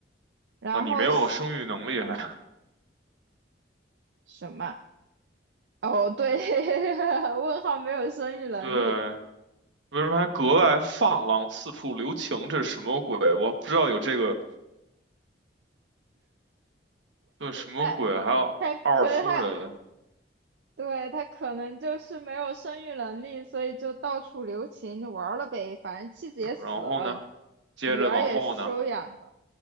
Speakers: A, on the right (about 70°); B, on the right (about 80°).
A: 然后西
B: 啊，你没有生育能力还，
A: 什么？哦，对，<laughs> 问号没有生育能力，
B: 对，为什么还格外放浪，四处留情？这是什么鬼？我不知道有这个，对，什么鬼？
A: 哎，
B: 还有二夫人。
A: 他可他对他可能就是没有生育能力，所以就到处留情玩儿了呗。反正妻子也死了，
B: 然后呢，接着往后呢，
A: 女儿也是收养的。